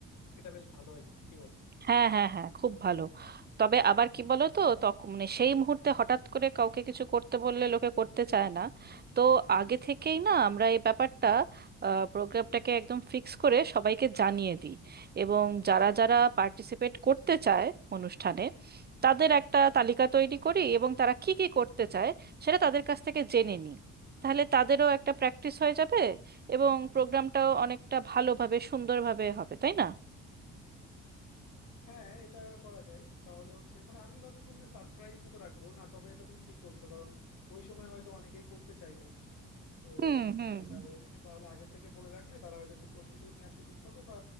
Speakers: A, on the left; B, on the right.
A: এটা বেশ ভালো হয় কিন্তু কি বলো
B: হ্যাঁ হ্যাঁ হ্যাঁ খুব ভালো তবে আবার কি বলো তো তখন মানে সেই মুহূর্তে হঠাৎ করে কাউকে কিছু করতে বললে লোকে করতে চায় না তো আগে থেকেই না আমরা এই ব্যাপারটা প্রোগ্রামটাকে একদম ফিক্স করে সবাইকে জানিয়ে দিই এবং যারা যারা পার্টিসিপেট করতে চায় অনুষ্ঠানে তাদের একটা তালিকা তৈরি করি এবং তারা কি কি করতে চায় সেটা তাদের কাছ থেকে জেনে নিই তাহলে তাদেরও একটা প্র্যাকটিস হয়ে যাবে এবং প্রোগ্রামটাও অনেকটা ভালোভাবে সুন্দরভাবে হবে তাই না
A: হ্যাঁ এটা করা যায় তাহলে হচ্ছে মানে আমি ভাবছিলাম যে সারপ্রাইজ মতো রাখবো না তবে এটা তুমি ঠিক বলছো কারণ ওই সময় হয়তো অনেকেই করতে চাইবে না তো
B: হুম হুম
A: হ্যাঁ এটা
B: হুম।
A: বেশ- এটা হলে আগে থেকে বলে রাখলে তারা হয়তো একটু প্রস্তুতিও নেওয়ার সুযোগ পাবে বা